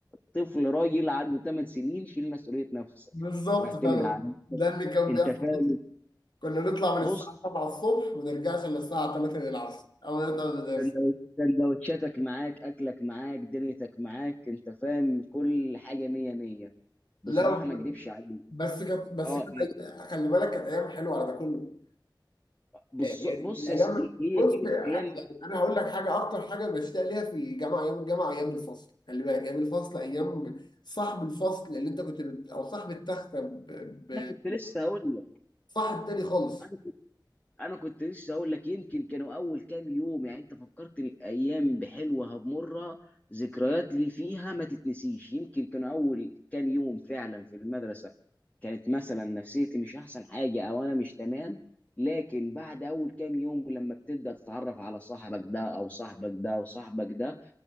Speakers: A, on the left; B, on the left.
A: طفل راجل عنده 8 سنين شيل مسؤولية نفسك
B: بالظبط
A: واعتمد
B: فعلا
A: على نفسك
B: ده اللي كان
A: انت
B: بيحصل
A: فاهم
B: كنا نطلع من
A: بص
B: الساعه 7 الصبح وما نرجعش الا الساعه 3 العصر او نطلع من المدرسة.
A: سندوتش- سندوتشاتك معاك اكلك معاك دنيتك معاك انت فاهم كل حاجه مية مية بصراحه
B: لا ب-
A: ما اكدبش عليك
B: بس كانت بس
A: اه
B: كانت أي- خلي بالك كانت ايام حلوه على ده كله
A: بص
B: يعني
A: بص
B: الايام
A: يا سيدي هي
B: بص
A: كانت
B: يعني
A: ايام
B: انا هقول لك حاجه اكتر حاجه بشتاق ليها في جامعه ايام الجامعه ايام الفصل خلي بالك ايام الفصل ايام صاحب الفصل اللي انت كنت بت... او صاحب التخته ب... ب...
A: انا كنت لسه هقول
B: صاحب تاني خالص
A: لك انا كنت لسه اقول لك يمكن كانوا اول كام يوم يعني انت فكرتني بايام بحلوه هبمرها ذكريات اللي فيها ما تتنسيش يمكن كانوا اول كام يوم فعلا في المدرسه كانت مثلا نفسيتي مش احسن حاجه او انا مش تمام لكن بعد اول كام يوم لما بتبدا تتعرف على صاحبك ده او صاحبك ده او صاحبك ده